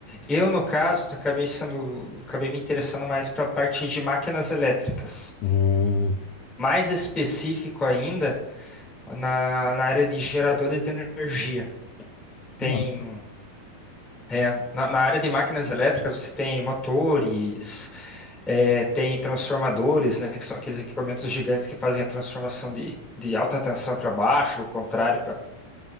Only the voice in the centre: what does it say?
Eu, no caso, acabei sendo, acabei me interessando mais para a parte de máquinas elétricas.
Mais específico ainda, na, na área de geradores de energia. Tem,
é, na, na área de máquinas elétricas, você tem motores, é, tem transformadores, né, que são aqueles equipamentos gigantes que fazem a transformação de, de alta tensão para baixo, o contrário